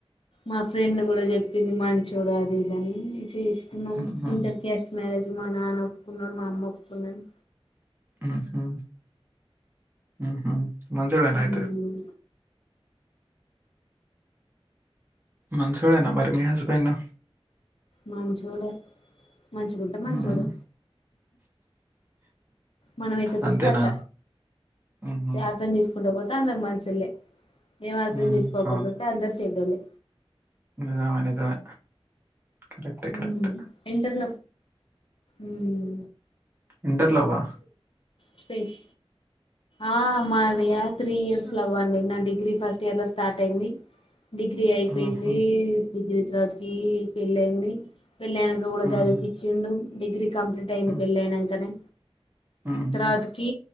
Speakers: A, on the left; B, on the right.
A: మా ఫ్రెండ్ కూడా చెప్పింది మంచోడు అది ఇది అని చేసి
B: హుహు.
A: ఇంటర్ క్యాస్ట్ మ్యారేజ్ మా నాన్న ఒప్పుకున్నాడు మా అమ్మ ఒప్పుకుంది అని
B: హ హమ్ హ హమ్ మంచోల్లేనా
A: ఉమ్
B: అయితే మంచోడేనా మరి మీ హస్బెండ్
A: మంచోడే మంచి గుంటే మంచోడే
B: హ్మ్.
A: మనం ఎట్ట చుత్తే
B: అంతేనా?
A: అట్ట
B: హుహు.
A: అర్థం చేసు కుంట పోతే అందరు మంచోళ్లే ఏం అర్థం
B: హ్మ్.
A: చేసుకోకుండా
B: అవును.
A: ఉంటే అందరు చెడ్డోళ్ళే
B: నిజమే నిజమే కరెక్టే.
A: ఉం
B: కరెక్టే.
A: ఎంటేర్ ఉం
B: ఇంటర్ లవ్వా
A: స్పేస్ ఆ మాది ఆ త్రీ ఇయర్స్
B: హ్మ్.
A: లవ్వండి నా డి డిగ్రీ ఫస్ట్ ఇయర్ లో స్టార్ట్ అయింది డిగ్రీ అయిపోయింది
B: హుహు.
A: డిగ్రీ తర్వాతికి పెళ్ళయింది పెళ్ళయినక కూడా
B: హుహు.
A: చదివిపించిండు డిగ్రీ కంప్లీట్ అయింది
B: హ్మ్.
A: పెళ్ళి అయినంకనే
B: హుహు.
A: తర్వాతకి